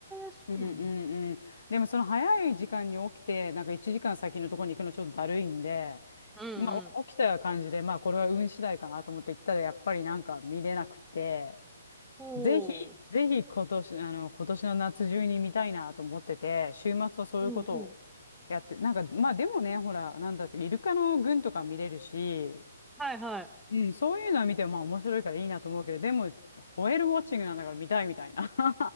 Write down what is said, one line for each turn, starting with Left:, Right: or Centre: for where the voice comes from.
Centre: そうなんだ。
Left: うんうんうん。でもその早い時間に起きて、なんか1時間先のところに行くのちょっとだるいんで、
Centre: うんうん。
Left: まあお起きた感じで、まあこれは運次第かなと思って行ったらやっぱりなんか見れなくて、
Centre: ほう。
Left: ぜひ、ぜひ今年、あの、今年の夏中に見たいなと思ってて、週末はそういうことを
Centre: うんうん。
Left: やって、なんかまあでもね、ほら、なんだって、イルカの群とか見れるし、
Centre: はいはい。
Left: うん、そういうのは見てもまあ面白いからいいなと思うけど、でも、ホエールウォッチングなんだから見たいみたいな。